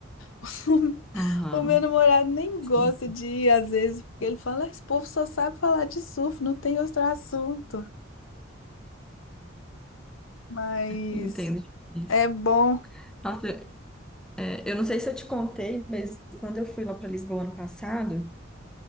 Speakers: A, on the left; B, in the centre.
A: <laughs>
B: Aham,
A: O meu namorado nem
B: sim.
A: gosta de ir, às vezes, porque ele fala, "Ah, esse povo só sabe falar de surf, não tem outro assunto. Mas
B: Entendo demais.
A: é bom.
B: Nossa, é, eu não sei se eu te contei, mas quando eu fui lá para Lisboa ano passado,